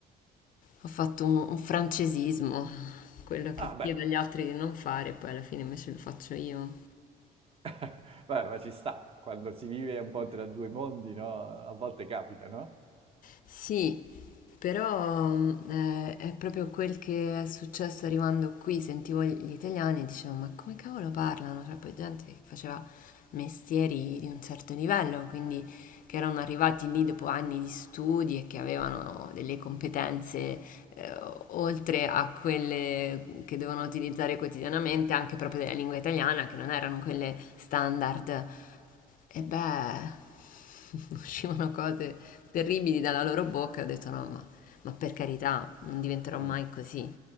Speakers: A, on the left; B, on the right.
A: ho fatto un, un francesismo, quello che
B: Ah, beh,
A: chiedo agli altri di non fare, poi alla fine invece lo faccio io.
B: <laughs> Vabbè, ma ci sta. Quando si vive un po' tra due mondi, no? A volte capita, no?
A: Sì, però mh, eh, è proprio quel che è successo arrivando qui, sentivo gli italiani e dicevo, ma come cavolo parlano? Cioè, poi gente che faceva mestieri di un certo livello, quindi che erano arrivati lì dopo anni di studi e che avevano delle competenze eh, oltre a quelle che devono utilizzare quotidianamente, anche proprio della lingua italiana, che non erano quelle standard. E beh, <laughs> uscivano cose terribili dalla loro bocca. Ho detto no, ma, ma per carità, non diventerò
B: Mm.
A: mai così.